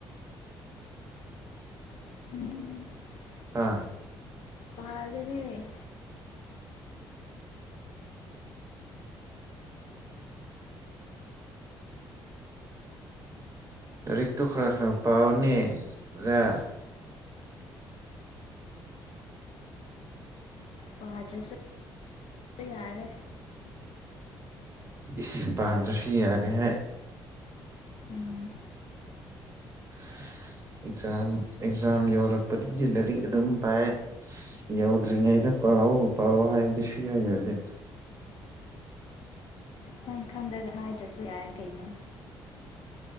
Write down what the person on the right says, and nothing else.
ꯑꯥ
ꯔꯤꯛꯇ ꯈꯔ ꯈꯔ ꯄꯥꯎꯅꯦ ꯌꯥ
ꯏꯁ ꯄꯥꯗꯣꯁꯤ ꯌꯥꯔꯦ ꯍꯥꯏ
<unintelligible> ꯑꯦꯛꯖꯝ ꯑꯦꯛꯖꯥꯝ ꯌꯧꯔꯛꯄꯗꯗꯤ ꯂꯥꯏꯔꯤꯛ ꯑꯗꯨꯝ ꯄꯥꯏ ꯌꯧꯗ꯭ꯔꯤꯉꯩꯗ ꯄꯥꯛꯑꯣ ꯄꯥꯛꯑꯣ ꯍꯥꯏꯕꯗꯤ ꯁꯨ ꯌꯥꯏꯗꯦ